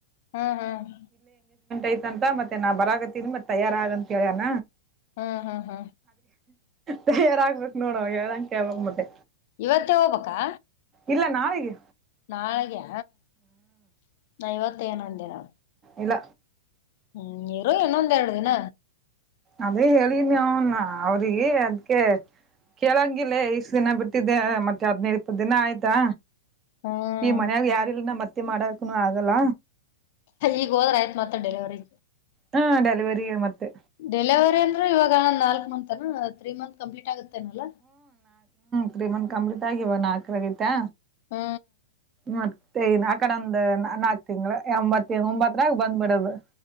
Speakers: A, on the left (about 55°); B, on the right (about 25°).
A: ಹ್ಮ್ ಹ್ಮ್
B: ಐತ್ಂತ ಮತ್ತೆ ನಾ ಬರಾಗತ್ತೀನಿ ಮತ್ ತಯಾರ ಆಗ ಅಂತ ಕೇಳಣ.
A: ಹ ಹ ಹ
B: ತಯಾರ ಆಗ್ಬೇಕ್ ನೋಡು ಹೇಳದಂಗ್ ಕೇಳ್ಬಕ್ ಮತ್ತೆ.
A: ಇವತ್ತೇ ಹೋಬೇಕಾ
B: ಇಲ್ಲ ನಾಳಿಗಿ
A: ನಾಳೆಗ್ಯಯ ನಾ ಇವತ್ತ ಏನೊ ಅಂದೆ ನಾ.
B: ಇಲ್ಲ
A: ಹ್ಮ್ ಇರು ಇನ್ನೊಂದ್ ಎರಡ್ ದಿನ.
B: ಅದೇ ಹೇಳೀನ್ ಅವನ್ ಅವ್ರಿಗೆ ಅದ್ಕೆ. ಕೇಳಂಗಿಲ್ಲ ಇಷ್ಟ ದಿನ ಬಿಟ್ಟಿದ್ದೆ ಮತ್ತೆ ಹದ್ನೈದ್ ಇಪ್ಪತ್ತ್ ದಿನ ಆಯ್ತಾ.
A: ಹ್ಮ್
B: ಈ ಮನ್ಯಾಗ ಯಾರೀಲ್ಲ ನಮ್ ಅತ್ತಿ ಮಾಡಕನು ಆಗಲ್ಲ.
A: ಈಗ ಹೋದ್ರ ಆಯ್ತ್ ಮತ್ತ ಡೆಲಿವರಿ
B: ಹಾ ಡೆಲಿವರಿಗೆ ಮತ್ತೆ.
A: ಡೆಲಿವರಿ ಅಂದ್ರ ಇವಾಗ್ ನಾಲ್ಕ ಮಂತನ ತ್ರೀ ಮಂತ್ ಕಂಪ್ಲೀಟ್ ಆಗುತ್ತೇನಲ್ಲ.
B: ತ್ರಿ ಮಂತ ಕಂಪ್ಲೀಟಾಗಿ ಇವಾಗ ನಾಕರಾಗೀತಾ.
A: ಹ್ಮ
B: ಮತ್ತೆನ್ ಆಕಡಂದ ನಾಕ್ ತಿಂಗಳ ಎಂಬತ್ತ ಒಂಬತ್ತರಾಗ ಬಂದ್ಬಿಡದು.